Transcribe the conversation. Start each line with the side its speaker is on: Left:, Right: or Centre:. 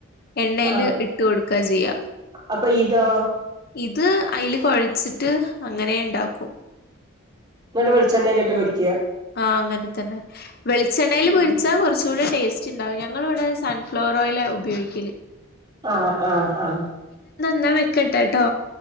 Left: എണ്ണയില്
Right: ആഹ്
Left: ഇട്ടു കൊടുക്കാ ചെയ്യ
Right: അപ്പൊ ഇതോ
Left: ഇത് അയിൽ കുഴച്ചിട്ട് അങ്ങനെ ഇണ്ടാക്കും
Right: ഇങ്ങോട്ട് വെളിച്ചെണ്ണയിലിട്ട് പൊരിക്കും
Left: ആഹ അങ്ങനെ തന്നെ വെളിച്ചെണ്ണയിൽ
Right: ഉം
Left: പൊരിച്ചാ കുറച്ചൂടി ടേസ്റ്റ് ഉണ്ടാവും ഞങ്ങളിവിടെ സൺഫ്ലവർ ഓയിലാ ഉപയോഗിക്കല്
Right: ആഹ ആഹ് ആഹ്
Left: എന്നാ വെക്കട്ടെട്ടോ